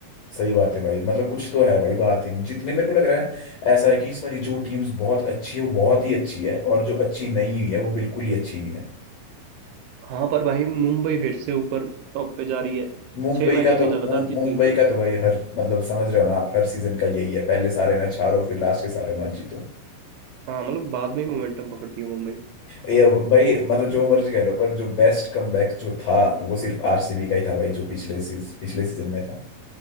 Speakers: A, on the left (about 75°); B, on the right (about 80°).
A: सही बात है भाई मतलब कुछ तो है भाई बात ही नहीं जितने मेरे को लग रहा है ऐसा है कि इस बारी जो टीम्स बहुत अच्छी है वो बहुत ही अच्छी है और जो अच्छी नहीं हुई है वो बिल्कुल ही अच्छी नहीं है
B: हाँ पर भाई मुंबई फिर से ऊपर टॉप पे जा रही है
A: मुंबई
B: छह मैच
A: का
B: अभी
A: तो
B: लगातार
A: मुं,
B: जीती
A: मुंबई का तो भाई हर मतलब समझ रहे हो ना आप हर सीजन का यही है पहले सारे मैच हारो फिर लास्ट के सारे मैच जीतो
B: हाँ मतलब बाद में ही मोमेंटम पकड़ती है मुंबई
A: ये भाई मतलब जो मर्जी कह लो पर जो बेस्ट कमबैक जो था वो सिर्फ आरसीबी का ही था भाई जो पिछले सीज, पिछले सीजन में था